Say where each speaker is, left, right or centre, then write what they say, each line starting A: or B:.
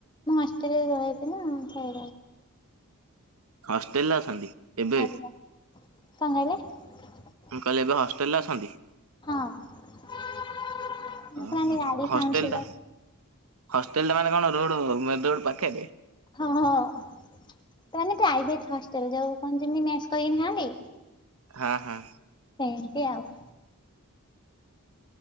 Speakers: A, on the left; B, on the right.
A: ମୁଁ ହଷ୍ଟେଲ ରେ ରଇଛି ନା ସେ
B: ହଷ୍ଟେଲ ରେ ଅଛନ୍ତି। ଏବେ
A: ଆଜ୍ଞା କଣ କହିଲେ?
B: ମୁଁ କହିଲେ ଏବେ ହଷ୍ଟେଲରେ ଅଛନ୍ତି।
A: ହଁ ଦେଖୁନା
B: ଓହୋ
A: ଗାଡ଼ି
B: ହଷ୍ଟେଲ
A: ସାଉଣ୍ଡ ଶୁଭୁ
B: ଟା ହଷ୍ଟେଲ ମାନେ କଣ ରୋଡ ମେନ ରୋଡ ପାଖରେ।
A: ହଁ ହଁ ତାନେ ପ୍ରାଇଭେଟ ହଷ୍ଟେଲ ଯୋଉ କ ଯେମିତି ମେସ୍ କରିକିନି ଖାଇନ୍ତି।
B: ହଁ ହଁ।
A: ସେମତି ଆଉ।